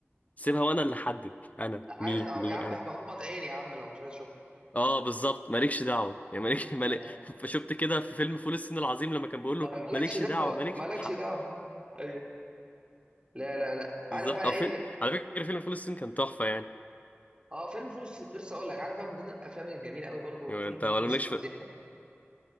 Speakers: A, on the left; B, on the right.
A: سيبها وانا اللي احدد انا
B: انا
A: مي
B: عايز أو
A: مي
B: يا عم
A: انا
B: هبغمض عيني يا عم لو مش عايز اشوف
A: اه بالظبط مالكش دعوه يعني مالك
B: مم.
A: مالك
B: يعني
A: <laughs> فشفت كده في فيلم فول الصين العظيم لما كان بيقول
B: ما-
A: له
B: مالكش
A: مالكش
B: دعوه
A: دعوه مالكش
B: مالكش
A: حق
B: دعوه ايوه لا لا لا
A: بالظبط
B: عارف بقى
A: او
B: ايه
A: فيلم
B: اللي
A: على فكره فيلم فول الصين كان تحفه يعني
B: اه فيلم فول الصين كنت لسه اقول لك عارف بقى من ضمن الافلام الجميله قوي برضو
A: يعني
B: فول
A: انت ولا
B: فول الصين
A: مالكش
B: العظيم
A: في...
B: ده